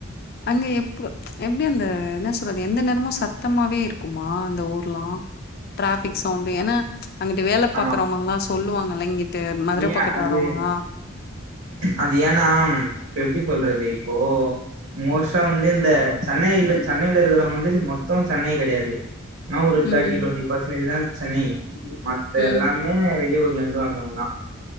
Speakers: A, on the left; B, on the right.
A: அங்க எப்போ எப்டி அந்த என்ன சொல்றது எந்த நேரமும் சத்தமாவே இருக்குமா அந்த ஊர்லா ட்ராஃபிக் சவுண்டு ஏன்னா அங்குட்டு வேல
B: ஆமா
A: பாக்குறவங்கல்லா சொல்லுவாங்கல்ல இங்குட்டு மதுர
B: ஏ
A: பக்கட்டு
B: அது
A: வர்றவங்கல்லா
B: அது ஏன்னா இப்ப எப்டி சொல்றது இப்போ மோஸ்ட்டா வந்து இந்த சென்னையில சென்னையில இருக்கறவங்க வந்து மொத்த சென்னை கெடையாது என்ன ஒரு
A: ம்
B: தேர்ட்டி டுவெண்டி பர்சன்டேஜு தா சென்னை மத்த
A: ம்
B: எல்லாமே வெளியூர்லேருந்து வந்தவங்கதா